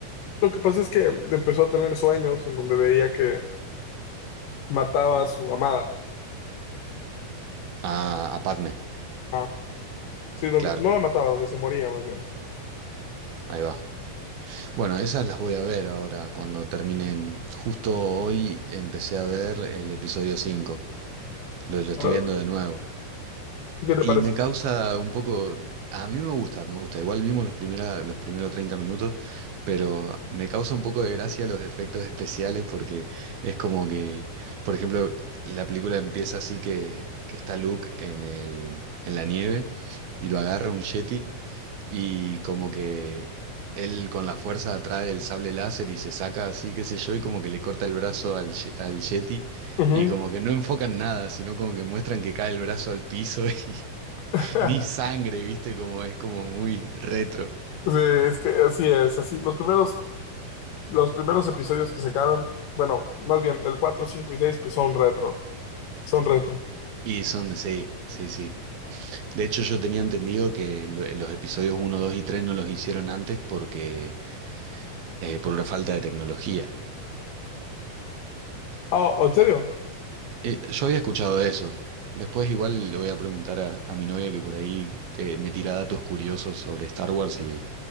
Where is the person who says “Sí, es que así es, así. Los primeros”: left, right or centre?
Left